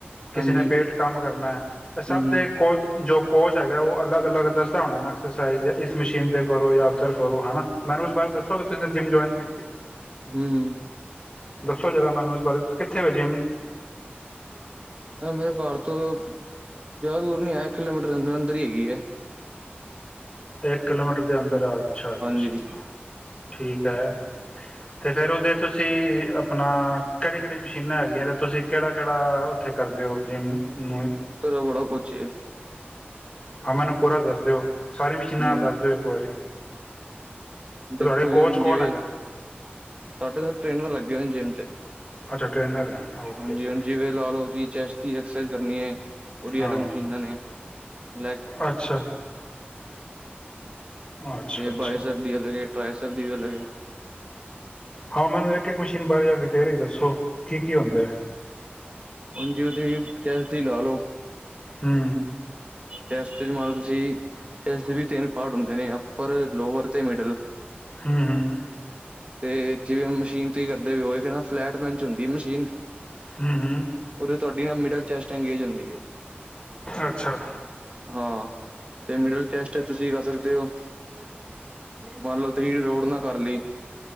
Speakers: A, on the left (about 20°); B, on the right (about 30°).
A: ਕਿਸੇ
B: ਹਾਂਜੀ
A: ਨੇ ਪੇਟ ਕੰਮ ਕਰਨਾ ਐ। ਸਭ
B: ਹੂੰ ਹੂੰ
A: ਦੇ ਕੋ ਜੋ ਕੋਚ ਹੈਗਾ ਉਹ ਅਲੱਗ-ਅਲੱਗ ਦਾ- ਦਸਦਾ ਹੋਣਾ ਨਾ ਐਕਸਰਸਾਈਜ਼ ਇਸ ਮਸ਼ੀਨ ਤੇ ਕਰੋ, ਯਾ ਉੱਧਰ ਕਰੋ। ਹਨਾ ਮੈਨੂੰ ਉਸ ਬਾਰੇ ਦੱਸੋਗੇ ਤੁਸੀ ਜਿੰਮ ਜੁਆਇ-
B: ਹੂੰਅ
A: ਦਸੋ ਜਰਾ ਮੈਨੂੰ ਇਸ ਬਾਰੇ ਕਿੱਥੇ ਵੇ ਜਿਮ
B: ਮੇਰੇ ਘਰ ਚੋ ਜ਼ਿਆਦਾ ਦੂਰ ਨੀ ਐ- ਕਿਲੋਮੀਟਰ ਦੇ ਅੰਦਰ- ਅੰਦਰ ਈ ਹੈਗੀ ਏ।
A: ਇੱਕ ਕਿਲੋਮੀਟਰ ਦੇ ਅੰਦਰ। ਅੱਛਾ -ਅੱਛਾ
B: ਹਾਂਜੀ
A: ਠੀਕ ਐ। ਤੇ ਫੇਰ ਉਦੇ ਤੁਸੀਂ ਆਪਣਾ ਕੇੜੀ -ਕੇੜੀ ਮਸ਼ੀਨਾਂ ਹੈਗੀਆਂ ਨੇ ਤੁਸੀਂ- ਕਿਹੜਾ-ਕਿਹੜਾ ਉੱਥੇ ਕਰਦੇ ਹੋ ਜਿੰਮ ਨੂੰ
B: ਤਰਾ ਬੜਾ ਕੁਚ
A: ਹਾਂ ਮੈਨੂੰ ਪੂਰਾ ਦੱਸ ਦਿਓ ਸਾਰੀ ਮਸ਼ੀਨਾਂ
B: ਹੂੰ
A: ਦੱਸ ਦਿਓ ਇੱਕ ਵਾਰੀ ਤੇ
B: ਦੇਖੋ
A: ਤੁਹਾਡੇ
B: ਜਨ
A: ਕੋਚ ਕੌਣ
B: ਜਵੇ
A: ਹੈਗੇ
B: ਸਾਡੇ ਤਾਂ ਸਟ੍ਰੇਨ ਲੱ ਘੇਊਨ ਜਿਮ ਤੇ
A: ਅੱਛਾ ਟ੍ਰੇਨਰ ਓਕੇ-ਓਕੇ
B: ਹਾਂਜੀ -ਹਾਂਜੀ ਵੇ ਲਾ ਲਓ ਜੀ ਚੈਸਟ ਦੀ ਐਕਸਸਾਈਜ਼ ਕਰਨੀ ਹੈ ਉਹਦੀ
A: ਹਾਂ
B: ਅਲੱਗ ਮਸ਼ੀਨਾਂ ਨੇ <unintelligible> ਹੂੰ <unintelligible>
A: ਅੱਛਾ ਅੱਛਾ ਅੱਛਾ
B: ਪੈਸੇ ਦੀ ਗੱਲ ਹੈ ਜੀ
A: ਹਾਂ। ਮੈਨੂੰ ਇੱਕ ਇੱਕ ਮਸ਼ੀਨ ਬਾਰੇ ਜਾ ਡਿਟੇਲ ਹੀ ਦੱਸੋ ਕੀ ਕੀ ਹੁੰਦਾ ਹੈ
B: ਹੁਣ ਦੀ ਕੀਮਤੀ ਲਾਲ ਲੋ
A: ਹੂੰ
B: ਚੈਸਟ ਚ ਮੰਨ ਲਓ ਤੁਸੀਂ, ਚੈਸਟ ਦੇ ਵੀ ਤਿੰਨ ਪਾਰਟ ਹੁੰਦੇ ਨੇ ਅੱਪਰ ਲੋਵਰ ਤੇ ਮਿਡਲ
A: ਹੂੰ ਹੂੰ
B: ਤੇ ਜਿਵੇਂ ਮਸ਼ੀਨ ਤੁਸੀਂ ਕਰਦੇ ਵੀ ਹੋ ਕਹਿੰਦਾ ਫਲੈਟ ਬੈਂਚ ਹੁੰਦੀ ਹੈ ਮਸ਼ੀਨ
A: ਹੂੰ ਹੂੰ
B: ਉਦੋਂ ਤੁਹਾਡੀ ਨਾਲ ਮਿਡਲ ਚੈਸਟ ਅੰਗੇਜ ਹੁੰਦੀ ਹੈ।
A: ਅੱਛਾ
B: ਹਾਂ ਤੇ ਮਿਡਲ ਚੈਸਟ ਤੁਸੀਂ ਕਰ ਸਕਦੇ ਹੋ ਮੰਨ ਲਓ ਤੁਸੀਂ ਰੋਡ ਨਾ ਕਰ ਲਈ